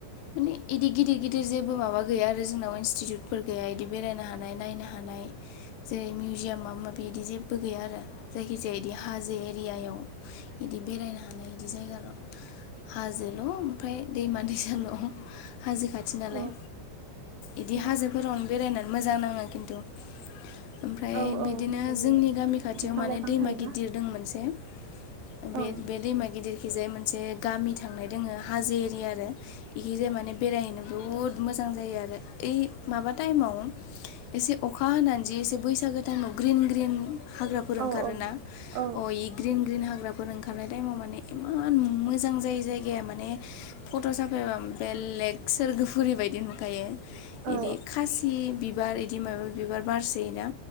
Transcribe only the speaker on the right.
औ
औ
औ
माने
बिफां
लाइफां
थायोना
औ
औ
औ
औ